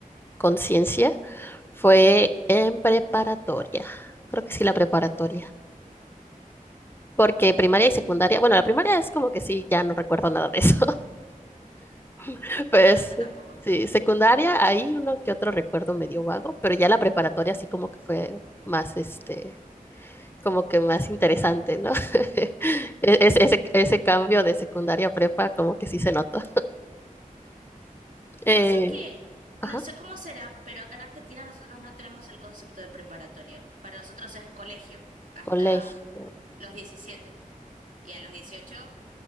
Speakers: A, on the left; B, on the right.
A: conciencia fue en preparatoria. Creo que sí, la preparatoria. Porque primaria y secundaria, bueno, la primaria es como que sí, ya no recuerdo nada de eso. <laughs> Pues
B: No, no, yo tampoco.
A: sí, secundaria, ahí uno que otro recuerdo medio vago, pero ya la preparatoria sí como que fue más este, como que más interesante, ¿no? <laughs> E- Ese, ese, ese cambio de secundaria a prepa como que sí se notó. Eh,
B: Pasa que
A: ajá,
B: no sé cómo será, pero acá en Argentina nosotros no tenemos el concepto de preparatoria. Para nosotros es colegio hasta
A: colegio.
B: los 17 y a los 18